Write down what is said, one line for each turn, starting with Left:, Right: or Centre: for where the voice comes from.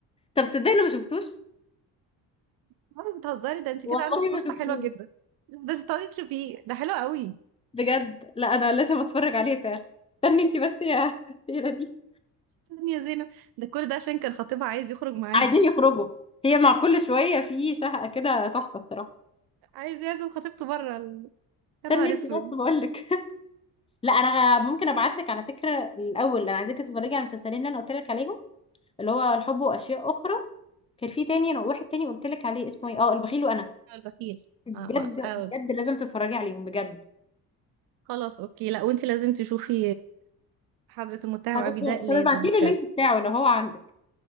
Left: طب تصدقي انا ما شفتوش
Right: مرة بتهزري ده انت
Left: والله
Right: كده عندك فرصه
Left: ما شفتوش
Right: حلوه جدا ده انت تقعدي فيه ده حلو قوي
Left: بجد لا انا لازم اتفرج عليه فعلا استني انت بس يا <laughs> يا دي
Right: استني يا زينب ده كل ده عشان كان خطيبها عايز يخرج معاها
Left: عايزين يخرجوا هي مع كل شويه في شهقه كده تحفه الصراحه
Right: عايز يعزم خطيبته بره ال- يا نهار
Left: استني انت
Right: اسود
Left: بس بقول لك لا انا ممكن ابعت لك على فكره الاول انا عايزاك تتفرجي على المسلسلين اللي انا قلت لك عليهم اللي هو الحب واشياء اخرى كان في تاني انا واحد تاني قلت لك عليه اسمه ايه اه البخيل وانا
Right: هو البخيل
Left: بجد
Right: آه، آه، آه.
Left: بجد لازم تتفرجي عليهم بجد
Right: خلاص اوكي لا وانت لازم تشوفي حضرة المتهم
Left: هبص-
Right: أبي ده لازم
Left: طب ابعتيلي
Right: بجد
Left: اللينك بتاعه لو هو عندك